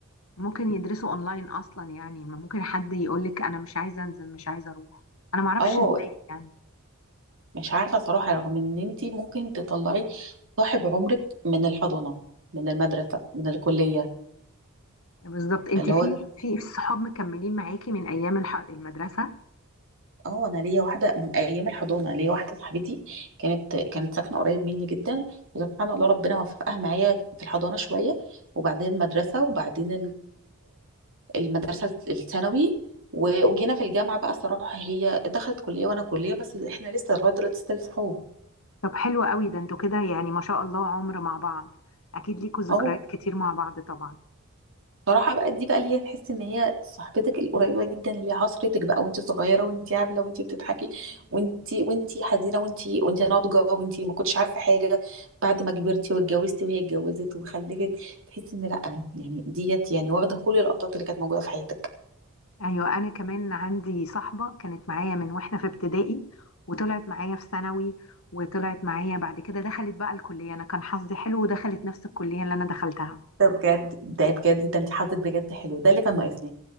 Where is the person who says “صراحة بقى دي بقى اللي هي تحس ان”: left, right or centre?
Right